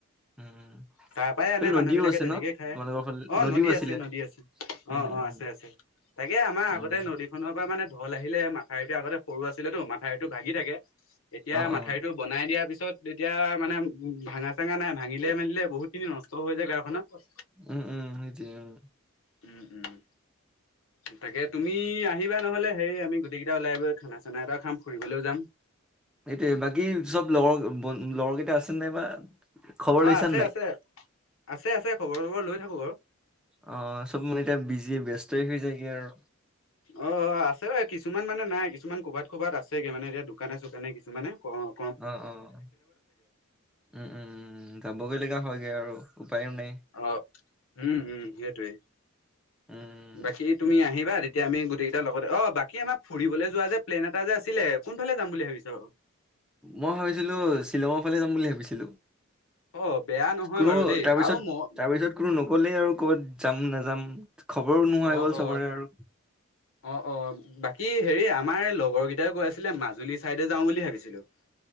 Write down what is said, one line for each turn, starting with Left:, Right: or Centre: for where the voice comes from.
Centre: উম
Left: তাৰ পৰাই
Centre: ফালে
Left: আনে মানুহ
Centre: নদীও
Left: বিলাকে
Centre: আছে
Left: তেনেকে
Centre: ন
Left: খাই।
Centre: তোমালোকৰ ফালে
Left: অ,
Centre: নদীও
Left: নদী
Centre: আছিলে
Left: আছে, নদী আছে।
Centre: উম
Left: অ, অ,
Centre: উম
Left: আছে, আছে। তাকে আমাৰ
Centre: উম
Left: আগতে নদীখনৰ পৰা মানে ঢোল আহিলে মাথাইটো আগতে সৰু আছিলেটো মথাইটো ভাগি থাকে। এতিয়া
Centre: অ
Left: মাথাউৰিটো
Centre: অ
Left: বনাই দিয়াৰ পিছত এতিয়া মানে উম, ভাঙা- চাঙা নাই ভাঙিলে মেলিলে বহুতখিনি নষ্ট হৈ যায় গাঁওখনত।
Centre: উম- উম এইটোৱে উম।
Left: উম- উম, তাকে তুমি আহিবা নহ'লে হেৰি আমি গ গোটেকিটা ওলাই গৈ খানা- চানা এটা খাম, ফুৰিবলৈও যাম।
Centre: এইটোৱে বাকী চব লগৰ বন-লগৰ কেইটা আছে নাই বা? খবৰ
Left: হয়
Centre: লৈছা
Left: আছে আছে, আছে আছে খবৰ চবৰ লৈ থাকো বাৰু।
Centre: অঁ' চ'ব মানে এতিয়া বিজিয়ে ব্যস্ত হৈ যায়গে আৰু।
Left: অঁ' অঁ' আছে কিছুমান মানে নাই, কিছুমান ক'বাত ক'বাত আছেগে মানে এতিয়া দোকানে চোকানে কিছুমানে, অঁ'।
Centre: অঁ' অঁ' উমঁ' উমঁ' উমঁ' যাবগৈ লগা হয়গৈ আৰু উপাইও নাই।
Left: অঁ' উমঁ' উমঁ' সিটোৱে,
Centre: উম,
Left: বাকী তুমি আহিবা- এতিয়া আমি গোটেইকেইটা লগতে, অঁ' বাকী আমাৰ ফুৰিবলৈ যোৱা যে প্লেন এটা যে আছিলে কোনফালে যাম বুলি ভাবিছ বাৰু?
Centre: মই ভাবিছিলোঁ শ্বিলঙৰ ফালে যাম বুলি ভাবিছিলোঁ।
Left: অঁ' বেয়া নহয়
Centre: কোনো
Left: বাৰু দেই
Centre: তাৰপিছত
Left: আৰু ম
Centre: তাৰপিছত কোনো নক'লেই আৰু ক'ৰবাত যাম নাযাম, খবৰো নোহোৱা হৈ
Left: অ
Centre: গ'ল
Left: অ
Centre: চবৰে আৰু।
Left: অ', অ', বাকী হেৰি আমাৰ লগৰ কেইটাই কৈ আছিলে মাজুলী চাইডে যাওঁ বুলি ভাবিছিলোঁ।